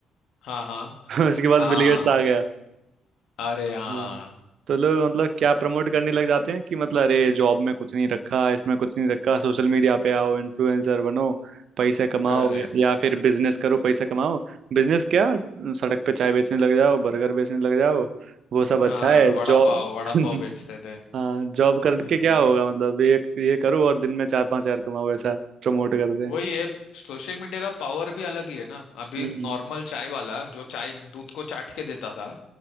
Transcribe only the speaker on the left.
हाँ हाँ
हाँ
अरे हाँ
करेक्ट
हाँ
वड़ा
पाव वड़ा
पाव बेचते थे
हाँ
वही है सोशल मीडिया का पावर भी अलग ही है ना अभी
नॉर्मल चाय वाला जो चाय दूध को चाट के देता था